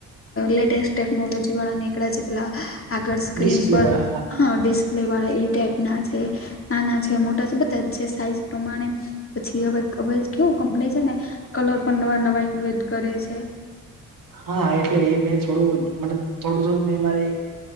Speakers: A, on the left; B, on the right.
A: લેટેસ્ટ ટેકનોલોજી વાળા નીકળ્યા છે પેલા અગળ સ્ક્રીન
B: ડિસ્પ્લે
A: પર
B: વાળા
A: હા ડિસ્ક લેવાળા એ ટાઈપ ના છે નાના છે મોટા છે બધા જ છે સાઈઝ પ્રમાણે પછી હવે હવે કેવું કંપની છે ને કલર પણ નવા નવા ઇન્વેટ કરે છે.
B: હા એટલે એ મેં થોડું મ થોડું થોડું મેં મારે એક